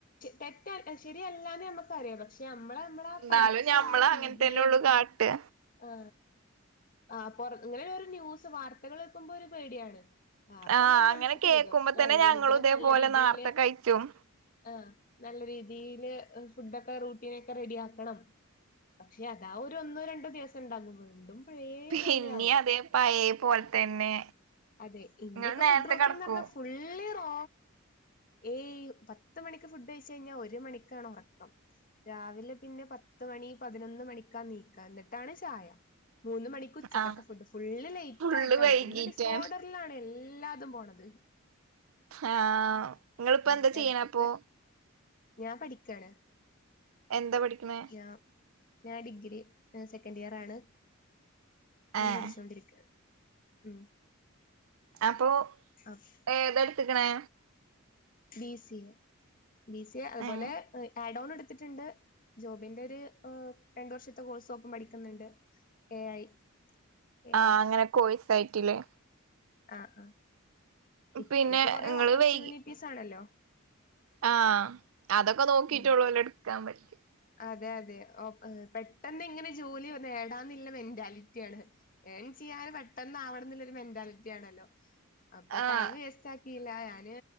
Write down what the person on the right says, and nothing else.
എന്നാലും
ഞമ്മള്
അങ്ങനെ തന്നെ ഉള്ളു കാട്ടാ
ആഹ്
കേക്കുമ്പോ
തന്നെ
ഞങ്ങളും
ഇതേപോലെ
നേർത്തെ കഴിച്ചും
പിന്നെ
അതെ പയേ പോലെ തന്നെ
ഇങ്ങള് നേരത്തെ
കെടക്കോ
ആഹ്
ഫുള്ള് വൈകീട്ടാണ്
ആ നിങ്ങൾപ്പോ
എന്താ
ചെയ്യണപ്പൊ
എന്താ പഠിക്കണെ
ഏഹ്
അപ്പൊ
ഏതെടുത്ത്ക്ക്ണെ
ഏഹ്
ആ അങ്ങനെ കോയ്സായിട്ട്ല്ലേ
പിന്നെ
ഇങ്ങള്
വൈകി
ആഹ് അതൊക്കെ നോക്കിട്ടൊള്ളല്ലോ
ഇട്ക്കാൻ പറ്റ
ആഹ്